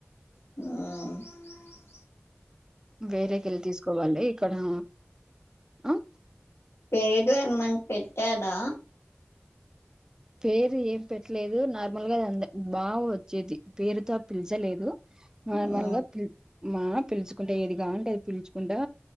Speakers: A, on the left (about 80°); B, on the right (about 15°).
A: హా
B: వేరేకెళ్ళి తీస్కోవాలి ఇక్కడా ఆ
A: పేడు ఏమన్ పెట్టాడా
B: పేరు ఏం పెట్లేదూ నార్మల్గ అందె బాగా వచ్చేద్ది పేరుతో పిల్చలేదు నార్మల్గా
A: హ్మ్
B: పిల్ మా పిల్చుకుంటే ఏది గాంటే అది పిల్చుకుంటా